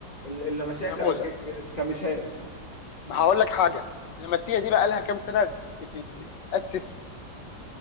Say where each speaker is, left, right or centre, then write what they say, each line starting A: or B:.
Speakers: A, on the left; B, on the left.
A: اللمسيه
B: نموذج
A: ك... ك... ك- كمثال
B: ما هقول لك حاجه اللمسيه دي بقى لها كام سنه بت- بتتاسس